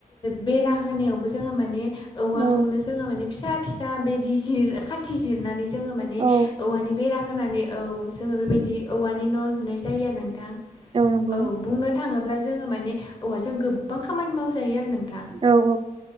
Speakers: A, on the left; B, on the right.
A: बेरा होनायावबो जोंहा माने औवाखौनो
B: औ
A: जोङो माने फिसा फिसा बिदि जिर खाथि जिरनानै जोङो माने
B: औ
A: औवानि बेरा होनानै औ जोङो बेबायदि औवानि न' लुनाय जायो आरो नोंथां
B: नंगौ
A: औ बुंनो थाङोब्ला जोङो माने औवाजों गोबां खामानि मावजायो आरो नोंथां
B: औ औ